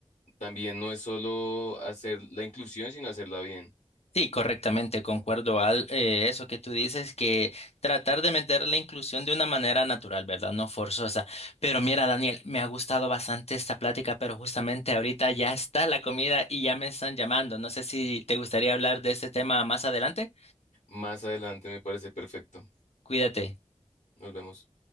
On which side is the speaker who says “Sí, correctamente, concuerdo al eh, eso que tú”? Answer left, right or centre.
Left